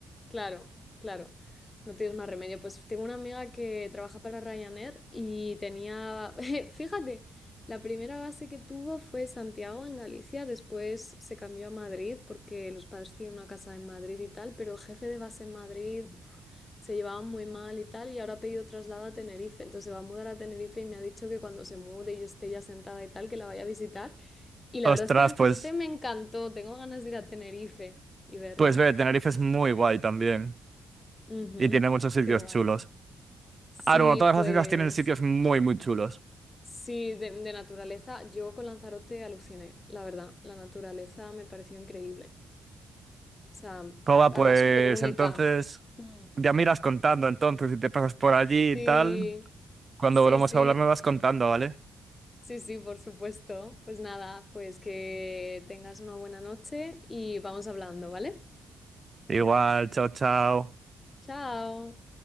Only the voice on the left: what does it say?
claro, claro, no tienes más remedio. Pues tengo una amiga que trabaja para Ryanair y tenía, <laughs> fíjate, la primera base que tuvo fue Santiago en Galicia, después se cambió a Madrid porque los padres tienen una casa en Madrid y tal, pero el jefe de base en Madrid pf, se llevaban muy mal y tal y ahora ha pedido traslado a Tenerife, entonces se va a mudar a Tenerife y me ha dicho que cuando se mude y yo esté ya sentada y tal, que la vaya a visitar. Y la
verdad es que Lanzarote
me encantó. Tengo ganas de ir a Tenerife y verla.
Ujú,
Qué guay.
Sí,
pues
sí, de, de naturaleza. Yo con Lanzarote aluciné, la verdad. La naturaleza me pareció increíble. O sea,
además
súper única.
Mm,
Sí,
sí,
sí.
<laughs>
Sí, sí, por supuesto. Pues nada, pues que tengas una buena noche y vamos hablando, ¿vale?
Chao.